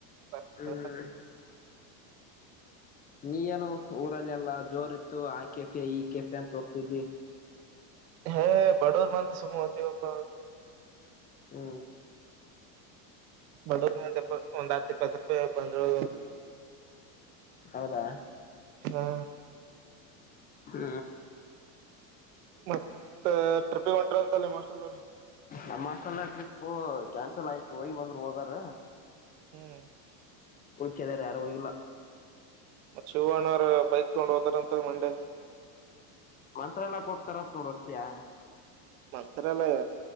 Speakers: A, on the left (about 20°); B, on the right (about 65°).
A: ಹ್ಮ್
B: ಬರ್ತಾನ ಬರ್ತಾನ
A: ನೀ ಏನು ಊರಲ್ಲೆಲ್ಲಾ ಜೋರ್ ಇತ್ತು ಆ ಕೆಫೆ ಈ ಕೆಫೆ ಅಂತ ಹೋಗ್ತಿದಿ
B: ಹ ಬಡೋರ್ ಮಂದ ಸಮಹತಿ ಬಬ
A: ಹ್ಮ
B: ಬಡೂರ್ ಮಂದೆ ಒಂದ್ ಹತ್ತು ಇಪ್ಪತ್ತು ರೂಪಾಯಿ ಬಂದ್ರು
A: ಹೌದಾ
B: ಹಾ
A: ಹ್ಮ
B: ಮತ್ತ ಟ್ರಿಪ್ಪಿ ಹೊಂಟ್ರ ಅಂತಲ್ಲ ಮಸ್ಲ್ದಾರ
A: ನಮ್ಮ ಟ್ರಿಪ್ ಕ್ಯಾನ್ಸಲ್ ಆಯ್ತು ಹೋಗಿ ಬಂದ್ರರು ಹೋಗಾರ
B: ಹ್ಮ್
A: ಓಕಾದಾರ ಯಾರು ಹೋಗಿಲ್ಲ
B: ಮತ್ತ್ ಶಿವಣ ಅವ್ರ ಬೈಕ್ ತಗೊಂಡ್ ಹೋತಾರಂತ ಮಂಡೆ
A: ಮಂತ್ರ ಎಲ್ಲಕ್ ಹೋಗ್ತಾರಂತ ನೋಡ್ ಹೋಗ್ತಯಾ
B: ಮಂತ್ರತ್ರಾಲಯ